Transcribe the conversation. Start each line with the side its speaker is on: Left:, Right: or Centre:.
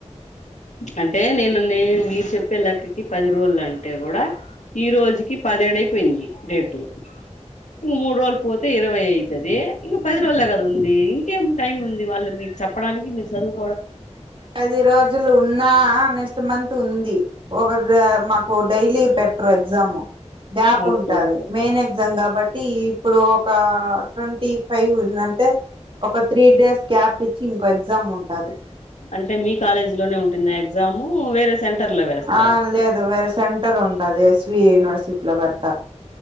Left: అంటే నేను న మీరు చెప్పే లెక్కకి పది రోజులు అంటే కూడా ఈ రోజుకి పది ఏడ్ అయిపోయింది డేటు ఇక మూడు రోజులు పోతే ఇరవై అవుతుది ఇంకా పది వళ్ళ కదా ఉంది ఇంకేం టైం ఉంది వాళ్ళు మీకు చెప్పడానికి మీరు చదువు
Right: పది రోజులు ఉన్నా నెక్స్ట్ మంత్ ఉంది ఒక మాకు డైలీ పెట్టరు ఎగ్జాము గ్యాప్
Left: ఓకే.
Right: ఉంటది
Left: ఓకే.
Right: మెయిన్ ఎగ్జామ్ కాబట్టి ఇప్పుడు ఒక ట్వంటీ ఫైవ్ ఉ అంటే ఒక త్రీ డేస్ గ్యాప్ ఇచ్చి ఇంకో ఎగ్జామ్ ఉంటంది
Left: అంటే మీ కాలేజీ లోనే ఉంటుంది ఎగ్జామ్ వేరే సెంటర్‌లో వేస్తారా?
Right: ఆ లేదు వేరే సెంటర్ ఉండదు ఎస్వి యూనివర్సిటీ లో పెడతారు